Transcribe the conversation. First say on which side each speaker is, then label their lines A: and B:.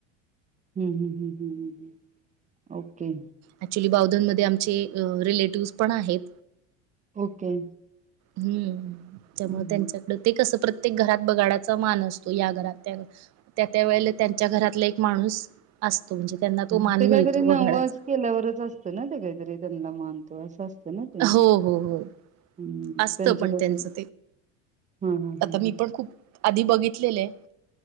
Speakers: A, on the right; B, on the right.
A: हम्म हम्म हम्म हम्म ओके.
B: ॲक्च्युली बावधनमध्ये आमचे रिलेटिव्हज पण आहेत.
A: ओके.
B: हम्म
A: हम्म,
B: त्यामुळे त्यांच्या ते कसं प्रत्येक घरात बघाडाचा मान असतो या घरात त्या त्या त्या वेळेला त्यांच्या घरातला एक माणूस असतो म्हणजे त्यांना तो
A: हम्म.
B: मान
A: ते काहीतरी
B: मिळतो
A: नवस
B: वघडचा
A: केल्यावरच असतं ना ते काहीतरी त्यांना मान तो असं असत असतो ना ते
B: हो हो हो
A: हम्म
B: असतं
A: त्यांच्याकडे
B: पण त्यांचं
A: ते हा हा
B: आता
A: हा हा.
B: मी पण खूप आधी बघितलेले